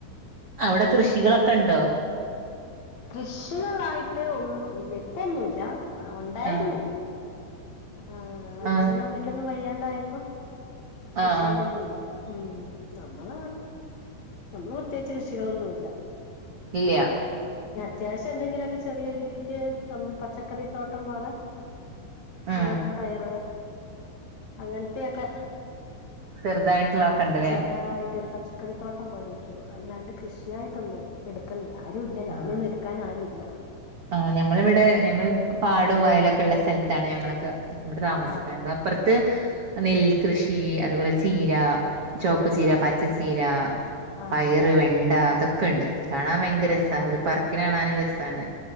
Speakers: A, on the right (about 80°); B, on the left (about 50°).
A: അവിടെ കൃഷികളൊക്കെ ഉണ്ടോ
B: കൃഷ്യ അട്ടെ ഒന്നും ഇല്ല ഇപ്പൊന്നുംല്ല ഉണ്ടായിരുന്നു
A: ആഹ്
B: ആ അച്ഛനും
A: ആഹ്
B: അമ്മയ്ക്കൊന്നും വയ്യാണ്ടായപ്പോ കൃഷികളൊന്നും
A: ആഹ് ആഹ്
B: ഇല്ല ഉം നമ്മള നമ്മള് പ്രത്യേകിച്ച് കൃഷികളൊന്നുമില്ല
A: ഇല്ല
B: പിന്നെ അത്യാവശ്യം എന്തെങ്കിലുമൊക്കെ ചെറിയ രീതിക്ക് ന പച്ചക്കറിത്തോട്ടം പോലെ
A: ഉം
B: മുളക് പയറ് അങ്ങനത്തെയൊക്കെ
A: ചെറുതായിട്ട്ള്ളത് ക്കെണ്ട്ല്ലേ
B: ചെറുതായിട്ട് ഒരു പച്ചക്കറിത്തോട്ടം പോലെയൊക്കെ ഉള്ളൂ അല്ലാണ്ട് കൃഷിയായിട്ടൊന്നും എടുക്കുന്നില്ല ആരും ഇല്ലല്ലോ അങ്ങനെയൊന്നും
A: ആഹ
B: എടുക്കാൻ ആരും ഇല്ല
A: ആ ഞമ്മൾവിടെ ഞങ്ങള് പാടും വയലും ഒക്കെ ഉള്ള സ്ഥലത്താണ് ഞങ്ങളൊക്കെ വിടെ താമസിക്കുന്നത്
B: ആഹ്
A: അപ്പുറത്ത്
B: ആഹ്
A: നെൽകൃഷി അതുപോലെ ചീര ചുവപ്പ് ചീര പച്ചച്ചീര
B: ആഹ്
A: പയറ്
B: ആഹ്
A: വെണ്ട അതൊക്കെ ഉണ്ട് കാണാൻ ഭയങ്കര രസമാണ് ഒരു പറക്കിന് കാണാന ഒരു രസമാണ്